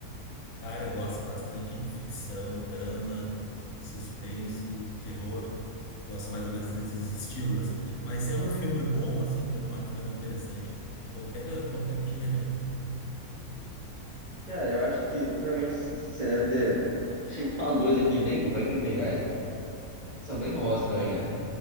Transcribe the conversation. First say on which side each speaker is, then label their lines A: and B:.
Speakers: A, on the left; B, on the right.
A: Cara, eu gosto bastante de ficção, drama, suspense, terror. Gosto mais ou menos desses estilos, assim. Mas sendo um filme bom, assim, tendo uma trama interessante, qualquer, qualquer gênero, cara.
B: Cara, eu acho que provavelmente c- você deve ter. Chegou a falar dois aqui bem, bem legais. São bem famosos também, né?